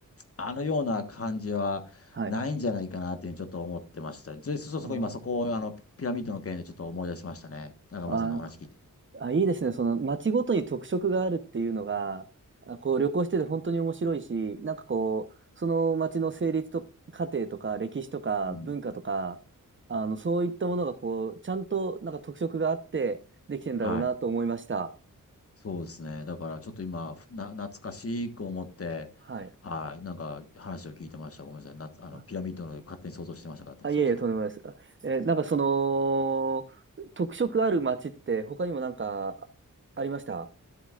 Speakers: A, on the left; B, on the right.
A: あのような感じはないんじゃないかなっていうふうにちょっと思ってました。
B: はい。
A: で、そうそう、
B: あー
A: そこ今そこをあのピラミッドの件でちょっと思い出しましたね。中村さんのお話聞いて。
B: あー、あ、いいですね。その街ごとに特色があるっていうのが、あこう旅行してて本当に面白いし、なんかこう、その街の成立と過程とか歴史とか文化とか、
A: うん。
B: あの、そういったものがこう、ちゃんとなんか特色があってできてんだろうなと思いました。
A: はい。そうですね。だからちょっと今、な、懐かしく思って、
B: はい。
A: はい。なんか話を聞いてました。ごめんなさい。な、あの、
B: あ、
A: ピラミッドの勝手に想像してました。勝手にそっちの方向。
B: あいえいえ、とんでもないです。あえーなんかその、特色ある街って他にもなんかありました